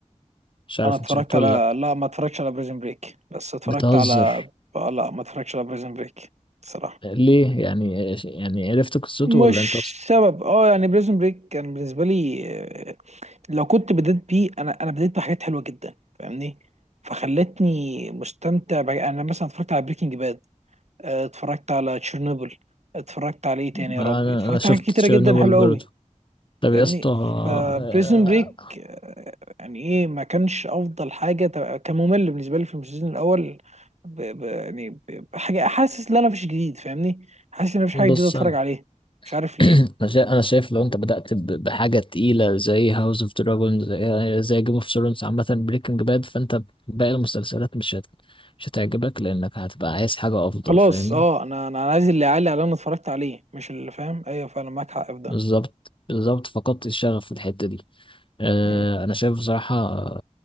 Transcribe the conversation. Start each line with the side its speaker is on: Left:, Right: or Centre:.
Left: مش عارف
Right: انا اتفرجت
Left: انت شفته
Right: على
Left: ولا لا
Right: لا ما اتفرجتش على بريزن بريك بس اتفرجت
Left: بتهزر
Right: على آه، لا ما اتفرجتش على بريزن بريك صراحه
Left: ليه يعني آه، يعني عرفت قصته
Right: مش
Left: ولا انت اصلا
Right: سبب اه يعني بريزن بريك كان بالنسبه لي آه، لو كنت بديت بيه انا انا بديت بحاجات حلوه جدا فاهمني فخلتني مستمتع بقى. انا مثلا اتفرجت على بريكنج باد اتفرجت على تشيرنوبل اتفرجت على ايه تاني يا
Left: ما
Right: ربي
Left: انا
Right: اتفرجت
Left: انا شفت
Right: على حاجات كتيره
Left: تشيرنوبل
Right: جدا حلوه
Left: برضو
Right: قوي
Left: طب
Right: فاهمني
Left: يا اسطى آه،
Right: فبريزن بريك يعني ايه ما كانش افضل حاجه تبقى- كان ممل بالنسبه لي في السيزون الاول ب... ب... يعني ب... بحاجه حاسس ان انا مفيش جديد فاهمني حاسس ان مفيش حاجه
Left: بص
Right: جديده اتفرج
Left: انا
Right: عليها مش عارف
Left: <clears throat>
Right: ليه
Left: انا شايف انا شايف لو انت بدأت ب- بحاجة تقيلة زي هاوس اوف دراجون زي آه، زي جيم اوف ثرونز عامة بريكنج باد فانت باقي المسلسلات مش هت... مش هتعجبك لانك هتبقى عايز حاجة افضل
Right: خلاص
Left: فاهمني
Right: اه انا انا أنا عايز اللي يعلي على اللي انا اتفرجت عليه مش اللي فاهم ايوه فعلا معاك حق في ده
Left: بالظبط بالظبط فقدت الشغف في الحتة دي آه
Right: مم.
Left: انا شايف بصراحة